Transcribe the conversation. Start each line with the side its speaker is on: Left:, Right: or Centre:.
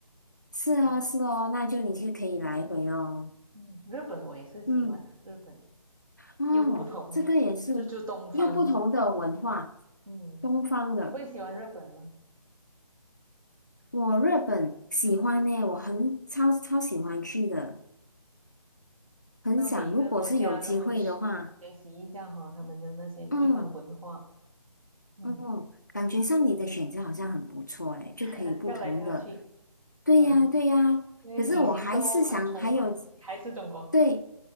Left: 是啊，
Right: 嗯
Left: 是哦，那就你就可以来回哦。
Right: 嗯，日本我也是喜欢的，
Left: 嗯，
Right: 日本
Left: 哦，
Right: 又不同
Left: 这个也是又不同的文化，
Right: <laughs>，就就东方，嗯，
Left: 东方的。
Right: 你会喜欢日本吗？
Left: 我日本喜欢呢，我很超超喜欢去的。很想，
Right: 到每一个国家都是学习一下哈，
Left: 如果是有机会的话，
Right: 他们的那些地方文化，
Left: 嗯
Right: 嗯，
Left: 嗯，感觉上你的选择好像很不错嘞，
Right: <laughs>
Left: 就可以不同的，
Right: 跳来跳去，
Left: 对呀对呀。
Right: 嗯，因为旅行都很匆忙，
Left: 可是我还是想还有
Right: 还是中国
Left: 对，